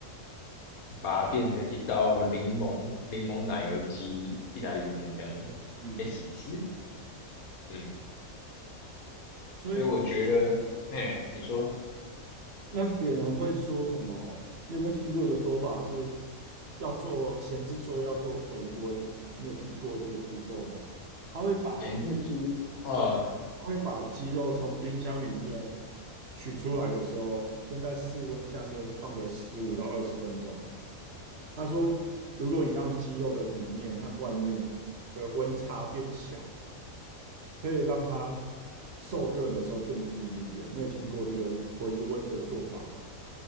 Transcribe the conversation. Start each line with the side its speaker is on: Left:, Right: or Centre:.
Left: 把它变成一道柠檬柠檬奶油鸡意大利面这样子，
Right: 嗯，
Left: 加起司。嗯，
Right: 所以
Left: 所以我觉得，哎，你说
Right: 那别人会说什么？你有没有听过一个说法是要做前置作业要做回温？你有听过这个步骤吗？他会把
Left: 前置猪啊，哦
Right: 呃他会把鸡肉从冰箱里面取出来的时候，先在室温下面放个十五到二十分钟，他说，如果你让肌肉的里面和外面的温差变小，可以让它受热的时候更均匀一点。你有听过这个回温的做法吗？